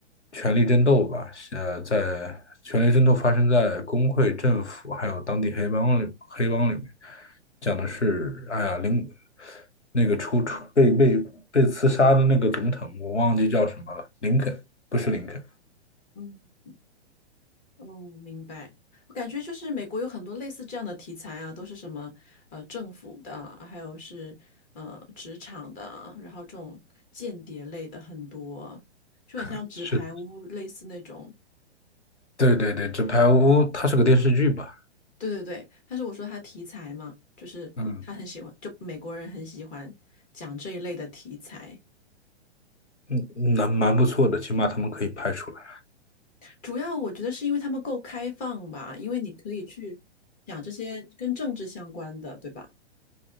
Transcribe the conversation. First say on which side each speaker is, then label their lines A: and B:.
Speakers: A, on the left (about 85°); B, on the left (about 25°).
A: 权力争斗吧，呃，在权力争斗发生在工会、政府还有当地黑帮里黑帮里面，讲的是哎呀林那个出出被被被刺杀的那个总统，我忘记叫什么了，林肯不是林肯，
B: 嗯。哦，明白。我感觉就是美国有很多类似这样的题材啊，都是什么呃政府的，还有是呃职场的啊，然后这种间谍类的很多，就很像纸牌屋类似那种。
A: 是对对对，纸牌屋它是个电视剧吧，
B: 对对对，但是我说他题材嘛，就是他很喜欢，
A: 嗯。
B: 就美国人很喜欢讲这一类的题材。
A: 嗯，蛮蛮不错的，起码他们可以拍出来。
B: 主要我觉得是因为他们够开放吧，因为你可以去讲这些跟政治相关的，对吧？